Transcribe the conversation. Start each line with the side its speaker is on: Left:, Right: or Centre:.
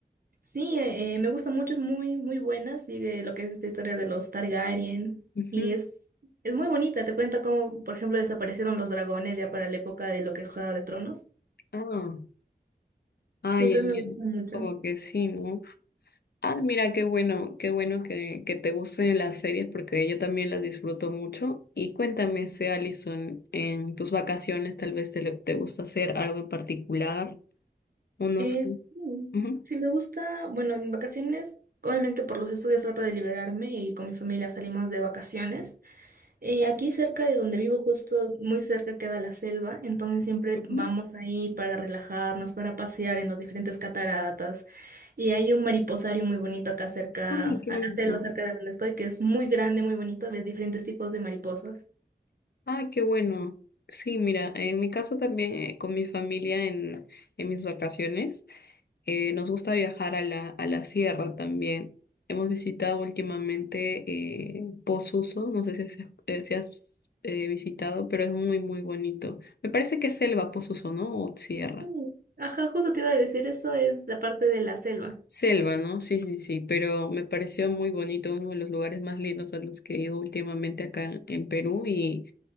Right: Sí, eh, eh, me gusta mucho, es muy, muy buena. Sigue lo que es esta historia de los Targaryen.
Left: Ujú.
Right: Y es, es muy bonita. Te cuenta cómo, por ejemplo, desaparecieron los dragones ya para la época de lo que es Juego de Tronos.
Left: Ah, ay,
Right: Sí, entonces
Left: ay,
Right: me
Left: ay.
Right: gusta mucho.
Left: Como que sí, ¿no? Ah, mira, qué bueno, qué bueno que, que te gusten las series porque yo también las disfruto mucho. Y cuéntame, si Alison, en tus vacaciones tal vez te, le- te gusta hacer algo en particular o no
Right: Eh,
Left: sé.
Right: sí,
Left: Ujú,
Right: sí, me gusta. Bueno, en vacaciones, obviamente por los estudios trato de liberarme y con mi familia salimos de vacaciones. Eh, aquí cerca de donde vivo, justo muy cerca queda la selva, entonces siempre
Left: ujú.
Right: vamos ahí para relajarnos, para pasear en los diferentes cataratas. Y hay un mariposario muy bonito acá cerca,
Left: Ay, qué
Right: a
Left: bonito.
Right: la selva, cerca de donde estoy, que es muy grande, muy bonito, ves diferentes tipos de mariposas.
Left: Ah, qué bueno. Sí, mira, en mi caso también eh, con mi familia en, en mis vacaciones, eh, nos gusta viajar a la, a la sierra también. Hemos visitado últimamente eh, Posuso, no sé si, has eh, si has, eh, visitado, pero es muy, muy bonito. Me parece que es selva Posuso, ¿no? O sierra.
Right: Mm. Ajá, justo te iba a decir, eso es la parte de la selva.
Left: Selva, ¿no? Sí, sí, sí, pero me pareció muy bonito, uno de los lugares más lindos a los que he ido últimamente acá en Perú y